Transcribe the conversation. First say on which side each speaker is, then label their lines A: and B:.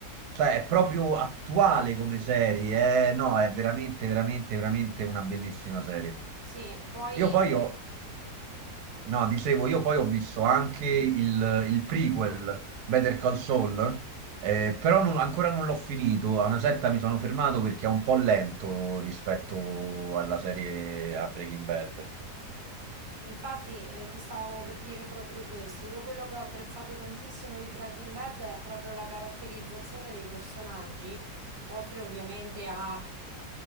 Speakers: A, on the right; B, on the right.
A: Cioè, è proprio attuale come serie, eh? No, è veramente, veramente, veramente una bellissima serie.
B: Sì, poi
A: Io poi ho No, dicevo, io poi ho visto anche il, il prequel, Better Call Saul, eh, però non- ancora non l'ho finito. A una certa mi sono fermato perché è un po' lento rispetto alla serie a Breaking Bad.
B: Infatti, eh, ti stavo per dire proprio questo. Io quello che ho apprezzato tantissimo di Breaking Bad è proprio la caratterizzazione dei personaggi, oltre ovviamente a eh,